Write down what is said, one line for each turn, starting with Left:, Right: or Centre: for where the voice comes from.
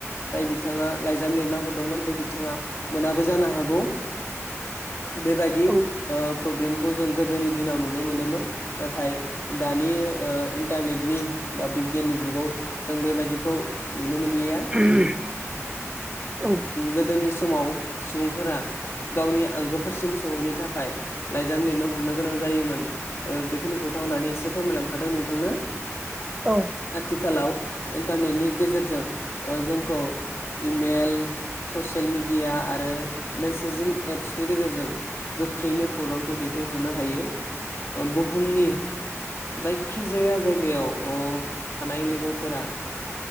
Left: जाय बिथाङा लाइज जाम लिरना हरदोंमोन बे बिथाङा मोनाबो जानो हागौ बेबायदि
Right: औ
Left: ओ प्रब्लेमखौ जों गोदोनि दिनाव नुनो मोनोमोन। नाथाय दानि ओ इन्टारनेटनि बा बिगियाननि जुगाव जों बेबायदिखौ नुनो मोनलिया
Right: <inaudible> औ
Left: गोदोनि समाव सुबुंफोरा गावनि आंगोफोरसिम सहैनो थाखाय लाइजाम लिरनो हरनो गोनां जायोमोन। ओ बेखिनिखौथ' आं दानि एसे फोरमायलांखादों नोंथांनो।
Right: औ
Left: आथिखालाव इन्टारनेटनि गेजेरजों ओ जोंखौ इमेल ससियेल मिडिया आरो मेसेजिं एप्सनि गेजेरजों गोख्रैनो खौरांखौ दैथायहरनो हायो बुहुमनि जायखिजाया जायगायाव अ' थानाय लोगोफोरा